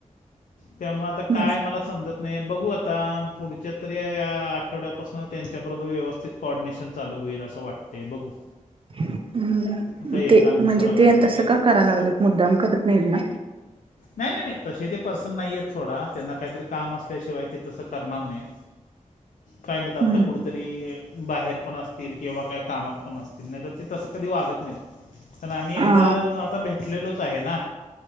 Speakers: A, on the left; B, on the right.
A: त्यामुळ आता काय
B: बस
A: मला समजत नाहीय बघू आता पुढच्या तरी आठवड्यापासन त्यांच्याबरोबर व्यवस्थित कॉर्डनेशन चालू होईल असं वाटतय बघू?
B: हूं
A: आता एकान
B: ते
A: दुसरा
B: म्हणजे ते
A: काहीतरी
B: तसं का करायला लागलेत मुद्दाम करत नाही ना!
A: नाही नाही नाही तसे ते पर्सन नाहीयेत सोडा त्यांना काहीतरी काम असल्याशिवाय ते तसं करणार नाहीत. काय माहित आता
B: हम्म
A: कुठंतरी बाहेर पण असतील किंवा काय कामात पण असतील नाही तर ते तसं कधी वागत नाहीत, कारण आम्ही एकदा
B: हा
A: आता भेटलेलोच आहे ना.